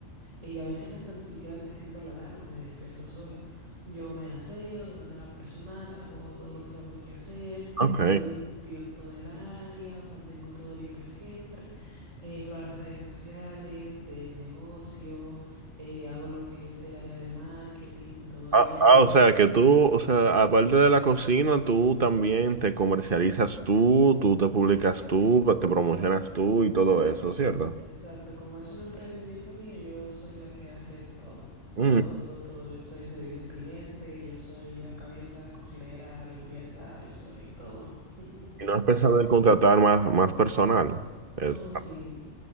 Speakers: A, on the right (about 70°); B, on the right (about 45°).
A: Y a veces hasta ni siquiera necesito la alarma, me despierto sola. Yo me aseo de manera personal, hago todo lo que tengo que hacer,
B: Ok.
A: limpio todo el área, mantengo todo limpio siempre, entro a las redes sociales del negocio, eh, hago lo que es el área de marketing, y todo
B: Ah,
A: eso,
B: ah, o sea, que tú, o sea, aparte de la cocina, tú también te comercializas tú, tú te publicas tú, te promocionas tú y todo eso, ¿cierto?
A: Exacto, como es un emprendimiento mío, yo soy la que hace todo,
B: Mm,
A: todo, todo, todo. Yo soy servicio al cliente, yo soy la cabeza, cocinera, limpieza, yo soy todo. <laughs>
B: ¿Y no has pensado en contratar más, más personal? Eh,
A: Oh, sí,